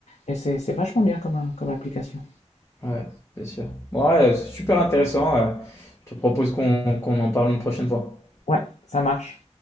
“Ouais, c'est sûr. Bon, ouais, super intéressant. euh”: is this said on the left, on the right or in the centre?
Left